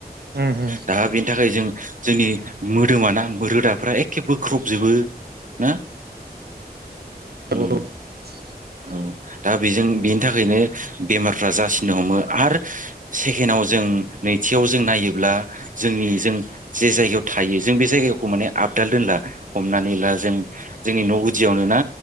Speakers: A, on the right; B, on the right.
A: उम उम
B: दा बेनि थाखाय जों जोंनि मोदोमाना रोदाफ्रा एखे बोख्रबजोबो ना
A: <unintelligible>
B: उम औ दा बेजों बेनि थाखायनो बेमारफ्रा जासिननो हमो आरो सेकेणडआव जों नै नैथियाव जों नायोब्ला जोंनि जों जे जायगायाव थायो जों बे जायगाखौ माने आपडाल दोनला हमनानै ला जों जोंनि न' गुदियावनो ना